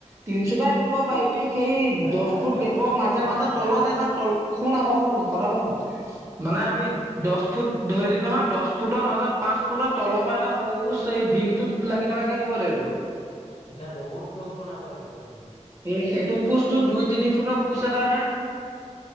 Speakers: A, on the right; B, on the left.
A: তিনশুটাই দি দিব পাৰিবি সেই
B: জেগাই
A: দহ ফুট
B: জেগাই
A: গেপৰ
B: ওলমিব
A: মাজে
B: জেগাই
A: মাজে
B: জেগাই
A: তলত এটা তল শুন আকৌ শুন কথাটো শুন মানে আমি দহ ফুট ধৰিলি নহয় দশ ফুটৰ মাজত পাঁচ ফুটৰ তলৰ পৰা এটা সৰু এই ভীমটোত লাগি থকাকে দিব লাগিব
B: তেতিয়া বহুত পোষ্ট বনাব লাগিব আৰু
A: এ সেইটো পোচটো দুই তিনি ফুটৰ পোচ এটা হে